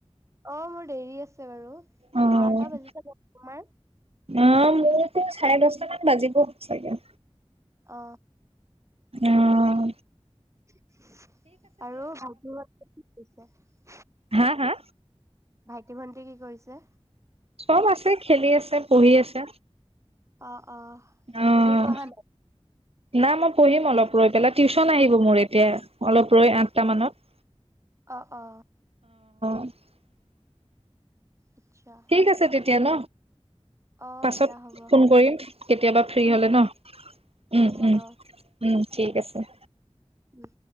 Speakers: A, on the right; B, on the right.
A: অ মোৰ দেৰি আছে বাৰু
B: অ
A: এঘাৰটা বাজিছে দিয়ক তোমাৰ
B: অ মোৰতো চাৰে দহটামান বাজিব চাগে
A: অ
B: অম
A: আৰু ভাগৰুৱা যেনো লাগিছে যে
B: হা হা
A: প্ৰতি ভন্তি কি কৰিছে
B: চব আছে খেলি আছে পঢ়ি আছে
A: অ অ
B: অ',
A: তুমি পঢ়া নাই
B: না মই পঢ়িম অলপ ৰৈ পেলাই টিউশ্যন আহিব মোৰ এতিয়া অলপ ৰৈ আঠটা মানত
A: অ অ
B: <unintelligible>
A: আচ্ছা
B: ঠিক আছে তেতিয়া ন
A: অ',
B: পাছত
A: দিয়া হ'ব
B: ফোন কৰিম কেতিয়াবা ফ্ৰী
A: উম,
B: হলে ন
A: উম,
B: উ
A: হ'ব
B: উ উ ঠিক
A: উম,
B: আছে
A: উম